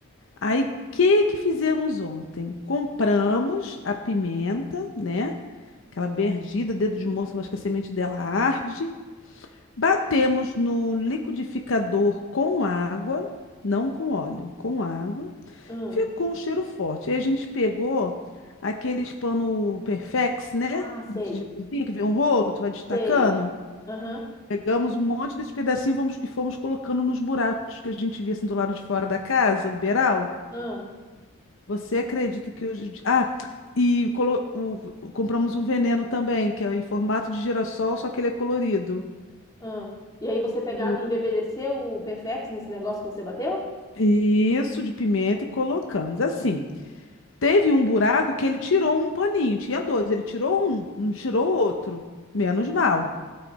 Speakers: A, on the left; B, on the left.
A: Aí, o que que fizemos ontem? Compramos a pimenta, né? Aquela bem ardida, dedo de moça, mas que a semente dela arde. Batemos no liquidificador com água, não com óleo, com água.
B: hum.
A: Ficou um cheiro forte. Aí a gente pegou aqueles pano Perfex, né?
B: Ah, sei,
A: De cozinha que vem um rolo, tu vai destacando.
B: sei. Aham,
A: Pegamos um monte desse pedacinho e vamos- e fomos colocando nos buracos que a gente via assim do lado de fora da casa, do beiral.
B: aham.
A: Você acredita que hoje. em di- Ah, e colo- o- o- compramos um veneno também, que é em formato de girassol, só que ele é colorido.
B: Ah, E aí você pegava
A: E o-
B: e embebedeceu o Perfex nesse negócio que você bateu?
A: Isso, de pimenta, e colocamos. Assim, teve um buraco que ele tirou um paninho, tinha dois, ele tirou um, não tirou o outro. Menos mal.